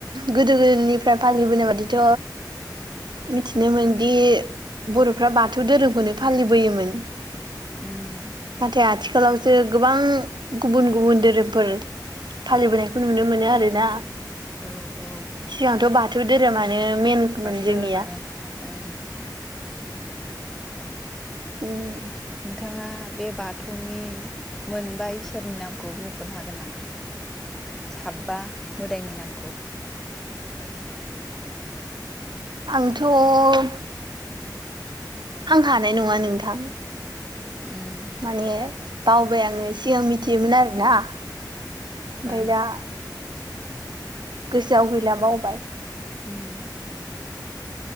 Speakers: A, on the right (about 75°); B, in the centre.
A: गोदो गोदायनिफ्राय फालिबोनाय बादिथ'। मिथिनोमोनदि बर'फ्रा बाथौ धोरोमखौनो फालिबोयोमोन।
B: उम
A: नाथाय आथिखालावसो गोबां गुबुन गुबुन धोरोमफोर। फालिबोनायखौ नुनो मोनो आरोना।
B: औ औ।
A: सिगांथ' बाथौ धोरोमानो मेनमोन
B: बाथौ
A: जोंनिया।
B: धोरोमानोखामोन ओं
A: उम।
B: नोंथाङा बे बा थौनि मोनबाया इसोरनि नामखौ मुंख'नो हागोन नामा। साबा मोदायनि नामाखौ।
A: आंथ' आं हानाय नङा नोंथां।
B: उम
A: माने बावबाय आङो सिगां मिथियोमोन आरोना। ओमफ्राय
B: औ
A: दा। गोसोआव गैला बावबाय।
B: उम।